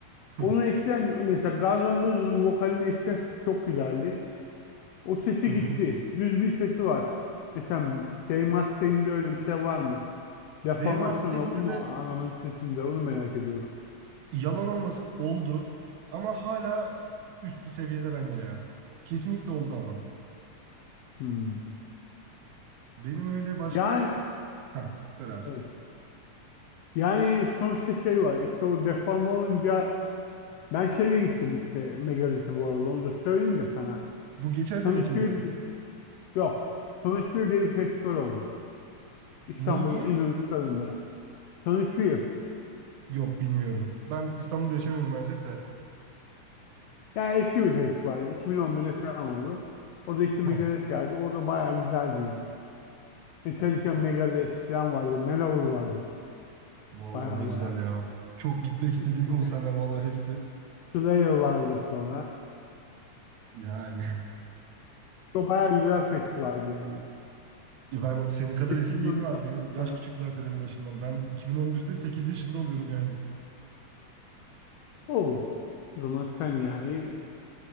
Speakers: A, on the right; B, on the left.
A: Hı,
B: Onun eskiden mesela Guns N' Roses'ın vokalinin eskiden çok güzeldi. O sesi
A: hı hı.
B: gitti. Düz bir sesi var. Mesela Dave Mustaine'de öyle bir şey var mı? Deformasyon
A: Dave Mustaine'de
B: oldu mu
A: de
B: adamın sesinde? Onu merak ediyorum.
A: yalan olmasın oldu. Ama hala üst bir seviyede bence ya. Kesinlikle oldu ama.
B: Hmm.
A: Benim öyle başka...
B: Yani
A: Heh, söyle abi
B: evet.
A: sen.
B: Yani sonuçta şey var. İşte o deforme olunca ben şeye gittim işte Megalit'e bu arada. Onu da söyleyeyim de sana.
A: Bu geçen senekine
B: Sonuç bir
A: mi?
B: yok. Sonuç bir diye bir festival oldu. İstanbul'da
A: Neydi?
B: İnönü Stadı'nda. Sonuç bir.
A: Yok bilmiyorum. Ben İstanbul'da yaşamıyorum maalesef de.
B: Yani eski bir festival. 2011'de falan oldu. Orada işte
A: Heh.
B: Megadeth geldi. Orada bayağı güzeldi yani. Metallica,
A: A-
B: Megadeth falan vardı. Manowar vardı.
A: Vallahi
B: Baya
A: ne güzel
B: baya.
A: ya. Çok gitmek istediğim
B: Üst
A: konserler
B: düzey isimler.
A: vallahi hepsi.
B: Slayer vardı sonra.
A: Yani <laughs>
B: İşte baya güzel festivaldi yani.
A: Ya ben o- senin kadar
B: Bismillahirrahmanirrahim.
A: eski değilim abi. Benim yaş küçük zaten en başından. Ben 2011'de 8 yaşında oluyorum yani.
B: Oo. O zaman sen yani